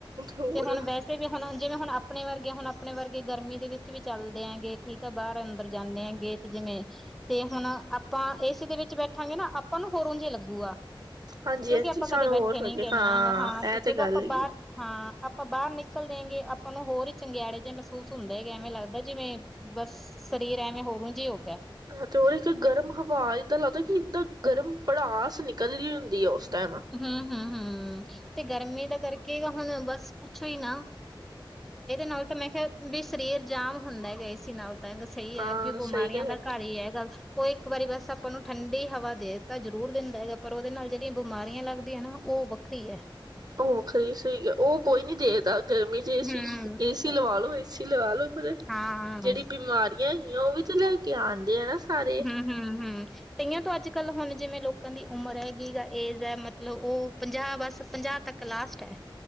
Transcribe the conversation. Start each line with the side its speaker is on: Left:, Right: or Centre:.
Right: ਹੋਰ
Centre: ਤੇ ਹੁਣ ਵੈਸੇ। ਜਿਵੇ ਵੀ ਹੁਣ ਜਿਵੇਂ ਹੁਣ ਆਪਣੇ ਵਰਗੇ ਹੁਣ ਆਪਣੇ ਵਰਗੇ ਗਰਮੀ ਦੇ ਵਿੱਚ ਵੀ ਚੱਲਦੇ ਆਂਗੇ ਠੀਕ ਆ ਬਾਹਰ ਅੰਦਰ ਜਾਂਦੇ ਆਂਗ ਤੇ ਜਿਵੇਂ ਤੇ ਹੁਣ ਆਪਾਂ ਏਸੀ ਦੇ ਵਿੱਚ ਬੈਠਾਂਗੇ ਨਾ ਆਪਾਂ ਨੂੰ ਹੋਰ ਉਝੇ ਲੱਗੂਗਾ।
Right: ਹਾਂਜੀ-ਹਾਂਜੀ
Centre: ਕਿਉਂਕਿ ਆਪਾਂ
Right: ਸਾਨੂੰ
Centre: ਕਦੇ ਬੈਠੇ
Right: ਹੋਰ
Centre: ਨਹੀਂ
Right: ਲੱਗੇ
Centre: ਕਹਨਾ ਹੈਗਾ ਹਾਂ ਤੇ
Right: ਇਹ
Centre: ਜਦੋਂ
Right: ਗੱਲ
Centre: ਆਪਾਂ
Right: ਹੈਗੀ
Centre: ਬਾਹਰ।
Right: ਹੈ।
Centre: ਹਾਂ ਆਪਾਂ ਬਾਹਰ ਨਿਕਲ ਦੇਗੇ ਆਪਾਂ ਨੂੰ ਹੋਰ ਹੀ ਚੰਗਿਆੜੇ ਜਿਹੇ ਮਹਿਸੂਸ ਹੁੰਦੇ ਹੈ ਐਵੇਂ ਲੱਗਦਾ ਜਿਵੇਂ। ਬਸ ਸਰੀਰ ਐਵੇਂ ਹੋਰੋਂ ਜ ਹੋ ਗਿਆ।
Right: ਹ ਤੇ ਉਹਰ ਇੱਕ ਗਰਮ ਹਵਾ ਏਦਾਂ ਲੱਗਦਾ ਕੀ ਏਦਾਂ ਗਰਮ ਪੜਾਸ ਨਿਕਲਦੀ ਹੁੰਦੀ ਆ ਉਸ ਟਾਈਮ
Centre: ਹਮ, ਹਮ, ਹਮ ਤੇ ਗਰਮੀ ਦਾ ਕਰਕੇ ਹੁਣ ਬਸ ਪੁੱਛੋ ਹੀ ਨਾ ਇਹਦੇ ਨਾਲ ਤਾਂ ਮੈਂ ਕਿਹਾ ਵੀ ਸਰੀਰ ਜਾਮ ਹੁੰਦਾ ਗਿਆ ਏਸੀ ਨਾਲ ਤਾਂ ਸਹੀ ਹੈ
Right: ਹਾਂ
Centre: ਵੀ
Right: ਸਹੀ
Centre: ਬਿਮਾਰੀਆਂ
Right: ਕਿਹਾ ਵੈਸੇ
Centre: ਦਾ ਘਰ ਹੀ ਹੈ ਗੱਲ ਉਹ ਇੱਕ ਵਾਰੀ ਬਸ ਆਪਾਂ ਨੂੰ ਠੰਡੀ ਹਵਾ ਦੇ ਤਾਂ ਜ਼ਰੂਰ ਦਿੰਦਾ ਹੈਗਾ ਪਰ ਉਹਦੇ ਨਾਲ ਜਿਹੜੀਆਂ ਬਿਮਾਰੀਆਂ ਲੱਗਦੀਆਂ ਨਾ ਉਹ ਵੱਖਰੀ ਹੈ।
Right: ਉਹ ਖਰੀ ਸਹੀ ਹੈ ਉਹ ਕੋਈ ਨੀ ਦੇਖਦਾ ਗਰਮੀ ਚ ਏਸੀ
Centre: ਹੂੰ
Right: ਏਸੀ ਲਵਾ ਲੋ ਏ ਸੀ ਲਵਾ ਲਓ ਪਰ
Centre: ਹਾਂ
Right: ਜਿਹੜੀ ਬਿਮਾਰੀਆਂ ਹੈਗੀਆਂ ਉਹ ਵੀ ਤੇ ਲੈ ਕੇ ਆਉਂਦੇ ਆ ਨਾ ਸਾਰੇ
Centre: ਹਮ- ਹਮ- ਹਮ ਕਈਆਂ ਤੋਂ ਅੱਜ ਕੱਲ ਹੁਣ ਜਿਵੇਂ ਲੋਕਾਂ ਦੀ ਉਮਰ ਹੈਗੀ ਗ ਏਜ ਹੈ ਮਤਲਬ ਉਹ ਪੰਜਾਹ ਬਸ ਪੰਜਾਹ ਤੱਕ ਲਾਸਟ ਹੈ।